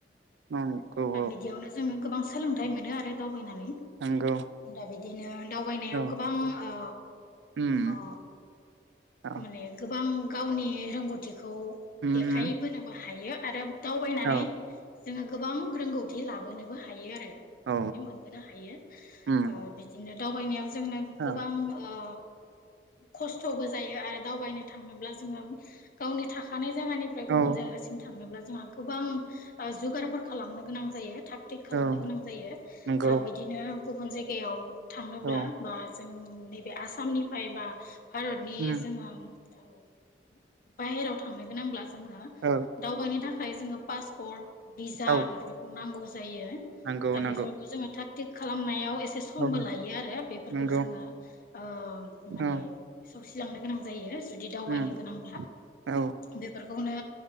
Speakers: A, on the right; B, on the left.
A: ओम गौब।
B: बिदियावनो जोंङो गोबां सोलोंथाइ मोनो आरो। फैनानै
A: नंगौ
B: दा बिद दिनो। दावबायनायाव
A: औ
B: गोबां ओ
A: उम
B: ओ
A: औ
B: माने गोबां। गावनि रोंगौथिख खौ
A: उम
B: देखाय
A: उम
B: बोनोबा हायो आरो दावबायनानै।
A: औ
B: जोङो गोबां रोंगौ थि लाबोनोबो हायो आरो। माने
A: औ
B: मोनबोनो हायो
A: उम
B: ओ बिदिनो दावबायनायाव जो जोंनो
A: औ
B: गोबां ओ खस्थबो जायो आर दावबायनो थाङोब्ला जोङो गावनि थाखानाय। जागानिफ्राय
A: औ
B: गुबुन जायगासिम थांनोब्ला जोंहा गो गोबां ओ जुगारफोर खालामनो गोनां। जायो। थाग थिग खालामनो
A: औ
B: गोनां जायो
A: नंगौ
B: दा बिदिनो गुबुन जायगायाव। थाङोब्ला
A: औ
B: बाज जों नैबे आसामनिफाय बा भारतनि
A: उम
B: जोंहाम औ बाहेराव थांनो गोनांब्लाज जोंहा
A: औ
B: दावबायनो थाख खाय जोङो पासपर्ट बिजजा
A: औ
B: बेफोरख नांगौज जायो
A: नंगौ
B: दा
A: नंगौ
B: बेफोरखौ जोङो था थिग खालामनायाव एस से समबो
A: औ
B: लायो आरो बेफोरखौ
A: नंगौ
B: जोङो ओम माने
A: औ
B: सौसिलांनो गोनां जायोज जुदि दावबायनो
A: उम
B: गोनांब्ला
A: औ
B: बेफोरखौनो